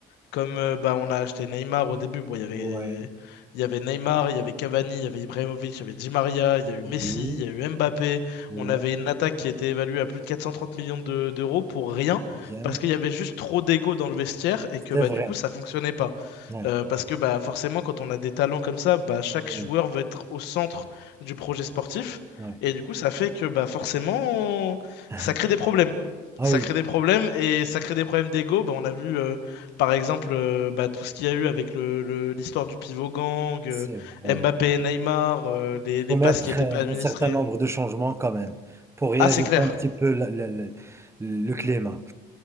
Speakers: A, on the left; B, on the right.
A: Comme euh, bah, on a acheté Neymar au début, bon, il y avait,
B: Ouais,
A: il y avait Neymar, il y avait Cavani, il y avait Ibrahimovic, il y avait Di Maria, il y a eu Messi,
B: oui,
A: il y a eu Mbappé.
B: ouais,
A: On avait une attaque qui était évaluée à plus de 430 millions de- d'euros pour rien,
B: bien.
A: parce qu'il y avait juste trop d'ego dans le vestiaire et que
B: C'est
A: bah,
B: vrai.
A: du coup, ça fonctionnait pas.
B: Ouais,
A: Euh, parce que bah, forcément, quand on a des talents comme ça, bah, chaque
B: oui,
A: joueur veut être au centre du projet sportif.
B: ouais.
A: Et du coup, ça fait que bah, forcément,
B: <laughs>
A: ça crée des problèmes.
B: Ah
A: Ça
B: oui,
A: crée des problèmes et ça crée des problèmes d'ego. Bah, on a vu euh, par exemple, euh, bah, tout ce qu'il y a eu avec le, le- l'histoire du pivot gang,
B: c'est
A: euh,
B: vrai.
A: Mbappé et Neymar, euh, les,
B: Il
A: les
B: faut mettre
A: passes qui n'étaient
B: euh,
A: pas administrées.
B: un certain nombre de changements quand même pour réajuster
A: Ah, c'est clair,
B: un petit peu la- la- la- le climat.